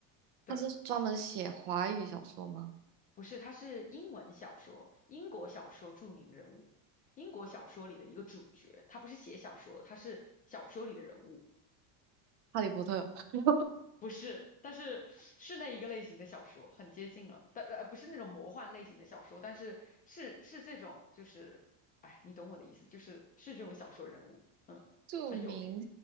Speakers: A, on the left; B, on the right.
A: 对，
B: 他是专门写华语小说吗？
A: 不是，他是英文小说，英国小说著名人物，英国小说里的一个主角。他不是写小说的，他是小说里的人物，
B: 《哈利波特》<laughs>
A: 不是，但是是那一个类型的小说，很接近了。但呃，不是那种魔幻类型的小说，但是是是这种，就是，哎，你懂我的意思，就是是这种小说人物，嗯，
B: 著名
A: 很有名。